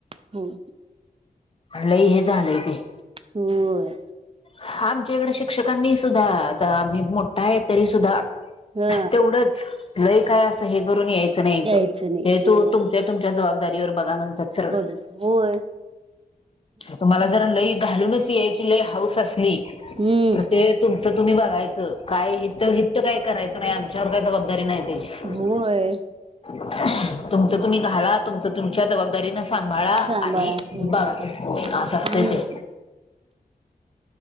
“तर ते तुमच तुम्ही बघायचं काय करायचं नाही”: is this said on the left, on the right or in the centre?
Left